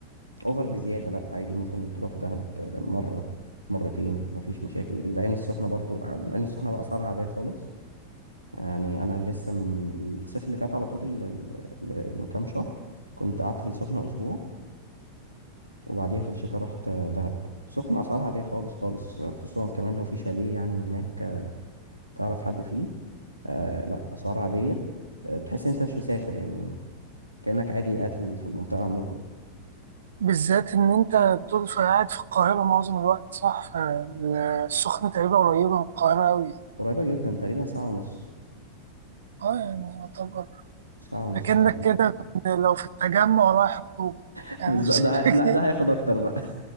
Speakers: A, on the right; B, on the right.
A: اوفر بزيادة لا عادي ممكن تروح دهب آه، مرة مرتين مفيش مشاكل العين السخنة برضو العين السخنة بقى اسعارها عادية خالص يعني انا لسه من الصيف اللي فات على طول ال- ال- ال- من كام شهر كنت قعدت في السخنة اسبوع وبعديها في الشتاء رحت آه، دهب سخنة أسعارها عادية خالص خالص خصوصا كمان لو في شاليه يعني هناك تعرف حد فيه آه لا أسعار عادية آه تحس إن أنت مش مسافر يعني كأنك عادي قاعد في ال- في المنطقة عندكم
B: بالذات إن أنت بتقول في قاعد في القاهرة معظم الوقت صح فالسخنة تقريبا قريبة من القاهرة أوي
A: قريبة جدا تقريبا ساعة ونص
B: أه يعني يعتبر
A: ساعة ونص
B: أكنك
A: ساعتين
B: كده
A: كتير
B: لو في التجمع رايح أكتوبر
A: <laughs>
B: يعني
A: بالظبط
B: نفس
A: ده
B: الفكرة
A: ه... لا ده هياخد اكتر بقى